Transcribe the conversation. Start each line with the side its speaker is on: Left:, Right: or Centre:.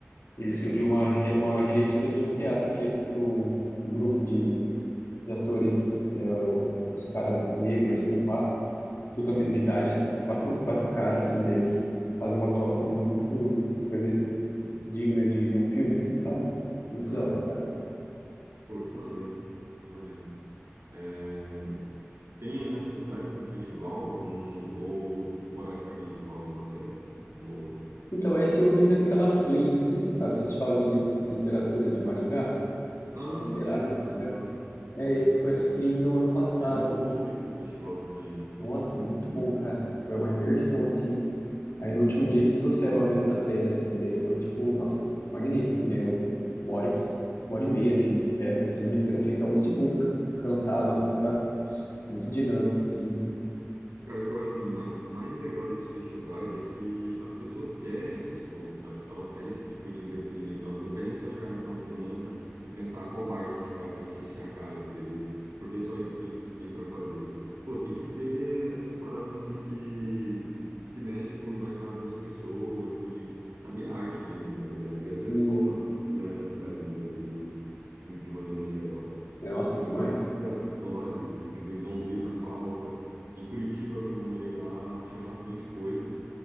Left: Eles,
Right: já-
Left: eu vi uma, re- uma releitura de um teatro feito por um, um grupo de, de atores, é, uns caras negros, assim, pá, tudo
Right: sei.
Left: da mesma idade, assim, são quatro, quatro caras, assim, deles fazem uma atuação muito coisa digna de, de um filme, assim, sabe? Muito
Right: Aham.
Left: da hora, cara.
Right: Pô, que maneiro, que maneiro. É, Tem aí na sua cidade algum festival, algum, ou esporadicamente rola uma peça, uma ou outra?
Left: Então, esse eu vi naquela Flim, não sei se você sabe, Festival de Li- Literatura de Maringá,
Right: Ah,
Left: Festival Literário
Right: sei,
Left: de Maringá.
Right: uhum.
Left: É,
Right: Sei,
Left: esse
Right: sim,
Left: foi
Right: sim.
Left: na Flim do ano passado.
Right: E é muito bom esse festival também, né?
Left: Nossa, muito bom, cara. Foi uma imersão, assim. Aí no
Right: Aham.
Left: último dia eles trouxeram o avesso da pele, assim, daí foi, tipo, nossa, magnífico, assim, é uma hora, e- uma hora e meia de, de peça, assim, você não fica um segundo ca- cansado, assim, sabe? Muito dinâmico, assim.
Right: Cara, o que eu acho mais, mais legal desses festivais é que as pessoas querem essas coisas, sabe? Tipo, elas querem esse tipo de entretenimento, elas não querem só chegar no final de semana e pensar "Ah, qual bar a gente vai pra gente encher a cara e beber, porque é só isso que tem, tem para fazer. Pô, tem que ter essas paradas assim que, que mexem com o imaginário das pessoas, que, sabe, é arte mesmo, na verdade. E às vezes
Left: Isso.
Right: falta muito, né, nas cidades do Brasil, assim, no- de maneira geral.
Left: Nossa,
Right: Principalmente
Left: demais.
Right: nas cidades menores, assim, tipo, em Londrina falta, em Curitiba, quando eu morei lá, tinha bastante coisa.